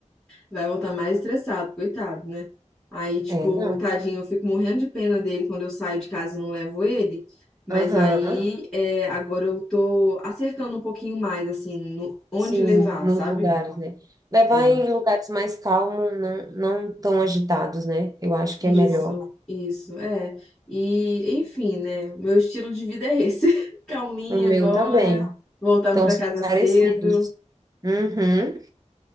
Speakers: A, in the centre; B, on the right.
A: vai voltar mais estressado, coitado, né? Aí, tipo,
B: É, não.
A: tadinho, eu fico morrendo de pena dele quando eu saio de casa e não levo ele. Mas
B: Aham.
A: aí, é, agora eu tô acertando um pouquinho mais, assim, no, onde
B: Sim,
A: levar,
B: nos
A: sabe?
B: lugares, né? Levar
A: É,
B: em lugares mais calmos, não, não tão agitados, né? Eu acho
A: Isso,
B: que é melhor.
A: isso, é. E, enfim, né? Meu estilo de vida é esse. <laughs> Calminha
B: O meu
A: agora,
B: também.
A: voltando
B: Então,
A: pra
B: são
A: casa
B: parecidos.
A: cedo.
B: Uhum.